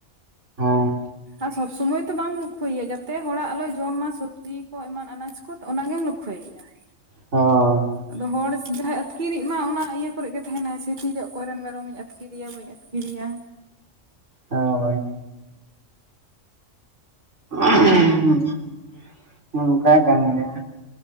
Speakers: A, on the right; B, on the right.
A: ᱦᱮᱸ
B: ᱟᱨ ᱥᱚᱵ ᱥᱚᱢᱚᱭ ᱛᱚ ᱵᱟᱢ ᱞᱚᱠᱷᱳᱭᱭᱟ ᱡᱟᱛᱮ ᱦᱚᱲᱟᱜ ᱟᱞᱚᱭ ᱡᱚᱢ ᱢᱟ ᱥᱚᱵᱽᱡᱤ ᱠᱚ ᱮᱢᱟᱱ ᱟᱱᱟᱡᱽ ᱠᱚ ᱚᱱᱟ ᱜᱮᱢ ᱞᱚᱠᱠᱷᱳᱭᱭᱟ <inaudible>
A: ᱦᱚ
B: ᱟᱫᱚ ᱦᱚᱲ ᱡᱟᱦᱟᱸᱭ ᱟᱹᱛᱠᱤᱨᱡ ᱢᱟ ᱚᱱᱟ ᱤᱭᱟᱹ ᱠᱚᱨᱮ ᱜᱮ ᱛᱟᱦᱮᱱᱟᱭ ᱥᱮ ᱛᱤᱨᱮ ᱚᱠᱚᱭ ᱨᱮᱱ ᱢᱮᱨᱚᱢᱤᱧ ᱟᱹᱛᱠᱤᱨᱮᱭᱟ ᱵᱟᱹᱧ ᱠᱤᱨᱤᱭᱟ
A: ᱦᱚᱭ <unintelligible> ᱱᱚᱝᱠᱟ ᱠᱟᱱ ᱜᱮᱭᱟ